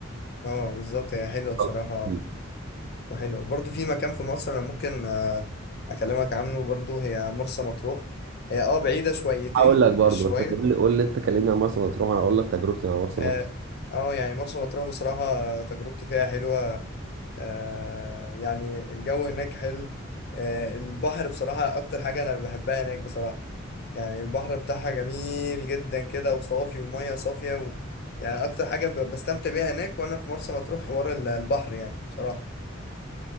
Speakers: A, on the left; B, on the right.
A: اه بالظبط هي حلوة بصراحة
B: طب، مم.
A: وحلوة برضه في مكان في مصر أنا ممكن آه، أكلمك عنه برضه هي مرسى مطروح هي اه بعيدة شويتين
B: هقول لك برضو
A: مش شوية
B: بس قول لي قول لي انت كلمني عن مرسى مطروح انا اقول لك تجربتي مع مرسى
A: اه
B: مطروح
A: آه، يعني مرسى مطروح بصراحة آه، تجربتي فيها حلوة آه يعني الجو هناك حلو آه البحر بصراحة أكتر حاجة أنا بحبها هناك بصراحة يعني البحر بتاعها جميل جدا كده وصافي ومية صافية و... يعني أكتر حاجة ب- بستمتع بيها هناك وأنا في مرسى مطروح حوار ال- البحر يعني بصراحة